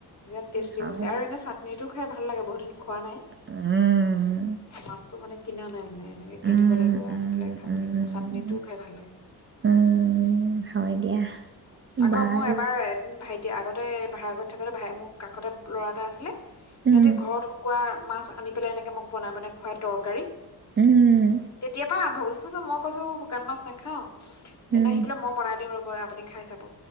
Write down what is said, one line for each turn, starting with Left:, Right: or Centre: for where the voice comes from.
Left: বিৰাত টেষ্টি
Right: হয়
Left: হৈছে
Right: দিয়া
Left: আৰু এনে চাটনি সেইটো খাই ভাল লাগে বহুত দিন খোৱা নাই,
Right: উম,
Left: মাছতো মানে কিনা নাই মানে এনেকে কিনিব
Right: উম,
Left: লাগিব।
Right: উম,
Left: খাব
Right: উম।
Left: লাগিব চাটনিটোও খাই ভাল লাগে
Right: উম, হয় দিয়া
Left: আকৌ
Right: বাৰু
Left: মোৰ এবাৰ এদিন ভাইটি ইয়াৰ আগত ভাড়া ঘৰত থাকোতে ভাই মোক কাষতে ল'ৰা এটা আছিলে সিহঁতি
Right: উম,
Left: ঘৰত শুকোৱা মাছ আনি পেলাই এনেকে মোক বনাই বনাই খুৱাই তৰকাৰী।
Right: উম,
Left: তেতিয়া আহ <unintelligible> মই কৈছো শুকান মাছ নাখাও।
Right: উম।
Left: এনে সি বোলে মই বনাই দিওঁ ৰব আপুনি খাই চাব।